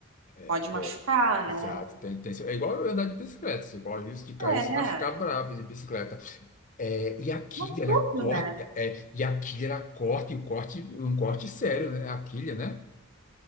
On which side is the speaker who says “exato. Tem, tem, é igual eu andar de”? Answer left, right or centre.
Left